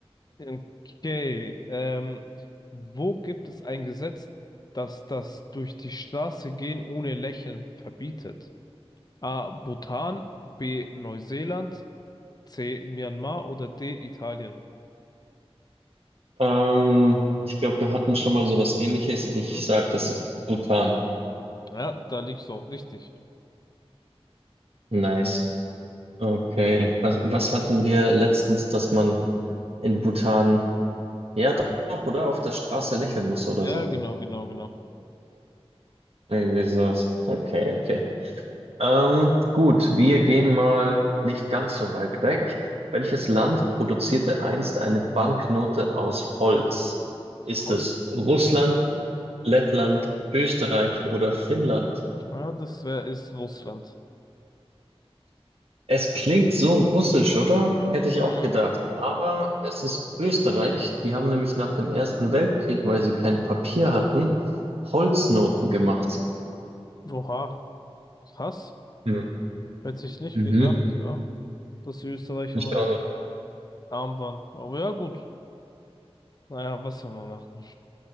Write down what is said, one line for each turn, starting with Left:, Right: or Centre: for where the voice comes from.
Left: Okay, ähm, wo gibt es ein Gesetz, das das durch die Straße gehen ohne Lächeln verbietet? A. Bhutan, B. Neuseeland, C. Myanmar oder D. Italien?
Right: Ähm, ich glaube, wir hatten schon mal sowas Ähnliches. Ich
Left: Mhm.
Right: sag, das ist Bhutan.
Left: Ja, da liegst du auch richtig.
Right: Nice. Okay. Was, was hatten wir letztens, dass man in Bhutan, ja doch, oder auf der Straße lächeln muss oder
Left: Ja,
Right: so?
Left: genau, genau,
Right: Irgendwie sowas. Okay, okay. Ähm, gut, wir gehen mal nicht ganz so weit weg. Welches Land produzierte einst eine Banknote aus Holz? Ist
Left: genau.
Right: es Russland, Lettland, Österreich oder Finnland?
Left: Ja, das wär, ist Russland.
Right: Es klingt so russisch, oder? Hätte ich
Left: Mhm.
Right: auch gedacht. Aber es ist Österreich. Die haben nämlich nach dem Ersten Weltkrieg, weil sie kein Papier hatten, Holznoten gemacht.
Left: Oha, krass.
Right: Hm.
Left: Hätte ich nicht
Right: Mhm.
Left: gedacht, ja, dass die Österreicher
Right: Ich
Left: mal
Right: auch nicht.
Left: arm waren. Aber ja, gut. Naja, was soll man machen?